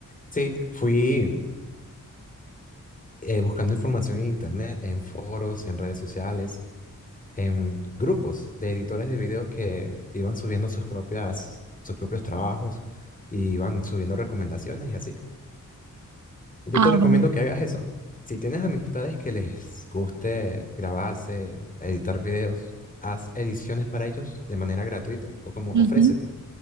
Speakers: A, on the left; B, on the right.
A: Sí, fui eh, buscando información en internet, en foros, en redes sociales, en grupos de editores de videos que iban subiendo sus propias, sus propios trabajos y iban subiendo recomendaciones y así. Yo
B: Ah,
A: te recomiendo
B: vale.
A: que hagas eso. Si tienes amistades que les guste grabarse, editar videos, haz ediciones para ellos de manera gratuita o como
B: Ujú.
A: ofrécete